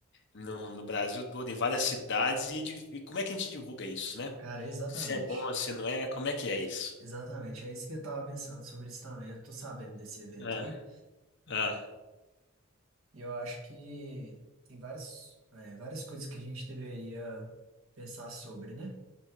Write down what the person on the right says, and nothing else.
Cara, exatamente.
Exatamente. É isso que eu tava pensando sobre isso também. Eu tô sabendo desse evento
aí,
e eu acho que tem várias, é, várias coisas que a gente deveria pensar sobre, né?